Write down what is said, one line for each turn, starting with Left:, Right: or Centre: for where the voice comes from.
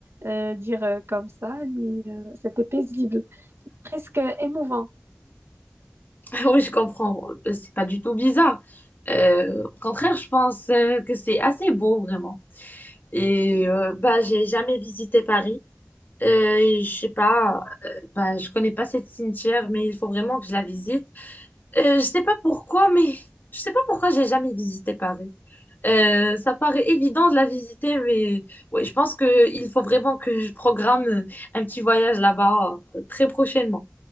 Right: euh, dire euh, comme ça, mais euh, c'était paisible, presque émouvant.
Left: <laughs> Oui, je comprends. Euh, C'est pas du tout bizarre. Euh, au contraire, je pense euh, que c'est assez beau vraiment. Et euh, bah j'ai jamais visité Paris. Euh, et je sais pas. euh, bah je connais pas cette cimetière, mais il faut vraiment que je la visite. Euh, je sais pas pourquoi, mais je sais pas pourquoi j'ai jamais visité Paris. Euh, ça paraît évident de la visiter, mais ouais, je pense que il faut vraiment que je programme euh, un petit voyage là-bas euh, très prochainement.